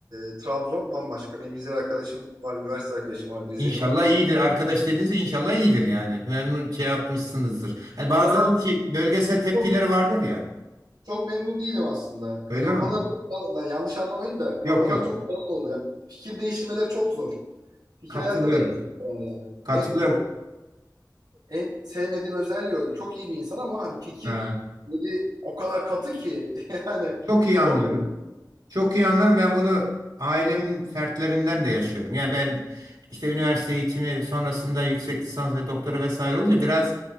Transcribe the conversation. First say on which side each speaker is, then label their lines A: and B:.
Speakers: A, on the right; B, on the right.
A: e, Trabzon bambaşka. Benim Rize'li arkadaşım var, üniversite arkadaşım vardı Rize'li.
B: İnşallah
A: Ondan
B: iyidir. Arkadaş dediğinizde inşallah iyidir yani. Memnun şey yapmışsınızdır. Hani bazılarının
A: ya
B: ki bölgesel tepkileri
A: çok,
B: vardır ya.
A: çok memnun değilim aslında.
B: Öyle
A: Kafaları
B: mi?
A: çok, dağ- lan yanlış anlamayın da kafalar
B: Yok yok.
A: çok dağınık oluyor. Yani fikir değiştirmeleri çok zor. Fikir
B: Katılıyorum.
A: hayatta değiştirmiyorlar yani.
B: Katılıyorum.
A: En çok En sevmediğim özelliği o. Çok iyi bir insan ama hani fikirleri
B: Ha,
A: o kadar katı ki <laughs> yani
B: çok iyi anlıyorum.
A: zor değil.
B: Çok iyi anlarım. Ben bunu ailemin fertlerinden de yaşıyorum. Yani ben işte üniversite eğitimi sonrasında yüksek lisans ve doktora vesaire olunca biraz